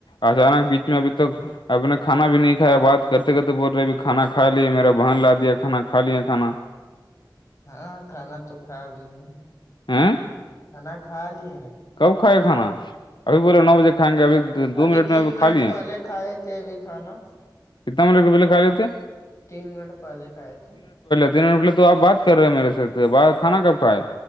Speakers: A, on the left; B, on the left.
A: اچانک بیچ میں ابھی توک اب نے کھانا بھی نہیں کھایا بعات کرتے کرتے بول رہے ابھی کھان کایا میرا بہن لا دیا کانا کھا لیا کھانا
B: ہاں کھانا تو کھا لی ہیں
A: ہیں
B: کھانا کھا لی ہیں
A: کب کھائے کھانا ابھی بولے نو بجے کھائیں گے ابھی دو
B: ابھی تین
A: میں کھا
B: منٹ
A: لیے
B: پہلے کھائے تھ تھ بھی کھانا
A: کتنا منٹ پہلے کھا لیے تھے
B: تین منٹ پہلے کھائے تھے
A: ک منٹ پہے تو آپ بات کر رہے ہو میرے سے ب کھان کب کا ہے